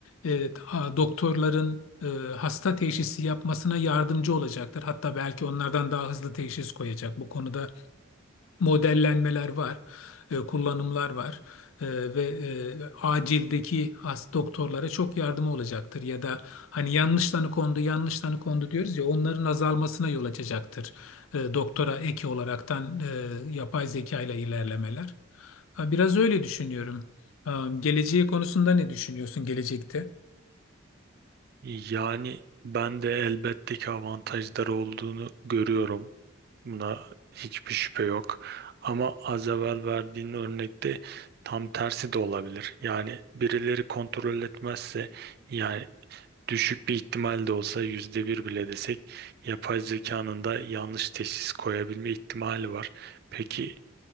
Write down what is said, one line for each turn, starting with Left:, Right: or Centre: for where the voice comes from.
Left: e, doktorların e, hasta teşhisi yapmasına yardımcı olacaktır. Hatta belki onlardan daha hızlı teşhis koyacak. Bu konuda modellenmeler var, e, kullanımlar var E, ve e, acildeki hast doktorlara çok yardımı olacaktır ya da hani yanlış tanı kondu, yanlış tanı kondu diyoruz ya onların azalmasına yol açacaktır. E, doktora eki olaraktan e, yapay zeka ile ilerlemeler. Ha, Biraz öyle düşünüyorum. Am, geleceği konusunda ne düşünüyorsun gelecekte?
Right: Yani ben de elbette ki avantajları olduğunu görüyorum. Buna hiçbir şüphe yok. Ama az evvel verdiğin örnekte tam tersi de olabilir. Yani birileri kontrol etmezse yani düşük bir ihtimal de olsa yüzde bir bile desek yapay zekanın da yanlış teşhis koyabilme ihtimali var. Peki